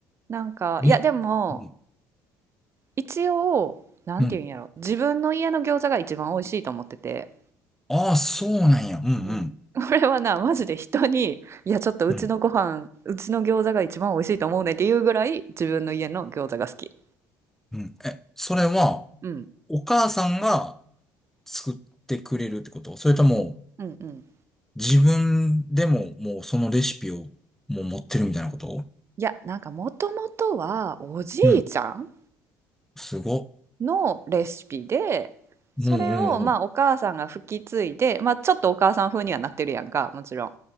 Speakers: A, on the right; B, in the centre.
A: なんか、いや、
B: え、
A: でも、
B: うん、
A: 一応、なんて言うんやろ。
B: うん。
A: 自分の家の餃子が一番美味しいと思ってて。
B: ああ、そうなんや。うん、
A: うん。
B: うん、
A: <laughs> これはな、マジで人に、いや、ちょっとうちのご飯、
B: うん、
A: うちの餃子が一番美味しいと思うねっていうぐらい、自分の家の餃子が好き。
B: うん。え、それは、
A: うん。
B: お母さんが作ってくれるってことそれとも、
A: うんうん。
B: 自分でももうそのレシピをもう持ってるみたいなこと
A: いや、なんかもともとは、おじいちゃん
B: うん。すごっ。
A: のレシピで、それを、
B: うんう
A: まあ、
B: んうん。
A: お母さんが吹き継いで、まあ、ちょっとお母さん風にはなってるやんか、もちろん。